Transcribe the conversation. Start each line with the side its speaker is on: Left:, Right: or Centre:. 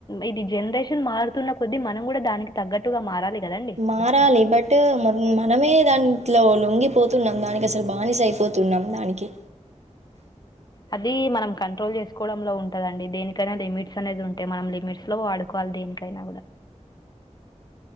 Left: ఇది జనరేషన్ మారుతున్న కొద్దీ మనం కూడా దానికి తగ్గట్టుగా మారాలి కదండి
Right: మారాలి బట్ మనమే దాని ఇట్లా లొంగిపోతున్నాం దానికి అసలు బానిస అయిపోతున్నాం దానికి
Left: అది మనం కంట్రోల్ చేసుకోవడంలో ఉంటదండి దేనికైనా లిమిట్స్ అనేది ఉంటాయి మనం లిమిట్స్ లో వాడుకోవాలి దేనికైనా కూడా